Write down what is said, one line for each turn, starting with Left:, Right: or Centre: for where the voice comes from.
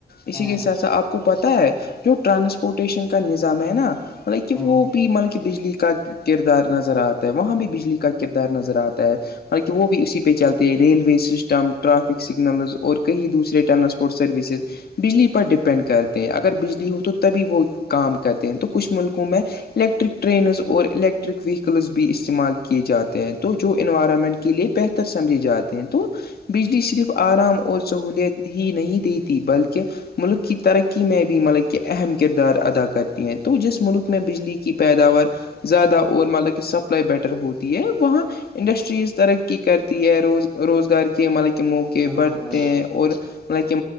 Left: اسی
Centre: ہاں
Left: کے ساتھ ساتھ آپ کو پتا ہے جو ٹرانسپورٹیشن کا نظام ہے نا <unintelligible> بجلی
Centre: ہاں
Left: کا کردار نظر آتا ہے وہاں بھی بجلی کا کردار نظر آتا ہے حالانکہ وہ بھی اسی پہ چلتے ہیں ریلوے سسٹم ٹرافک سگنلز اور کہئی دوسرے ٹرانسپورٹ سروسز بجلی پر ڈپینڈ کرتے ہیں اگر بجلی ہو تو تبھی وہ کام کرتے ہیں تو کچھ ملکوں میں الیکٹرک ٹرینز اور الیکٹرک ویکلز بھی استعمال کیے جاتے ہیں تو جو انوائرمنٹ کے لئے بہتر سمجھے جاتے ہیں تو بجلی صرف آرام اور سہولت ہی نہیں دی ت بلکہ ملک کی ترقی میں بھی ملک کے اہم کردار ادا کرتی ہیں تو جس ملک میں بجلی کی پیداوار زیادہ اور مطلب کہ سپلائی بیٹر ہوتی ہے وہاں انڈسٹریز ترقی کرتی ہے روز روزگار کے ملک موق کہ
Centre: بالکل
Left: بڑھتے
Centre: بالکل
Left: ہیں اور م کہ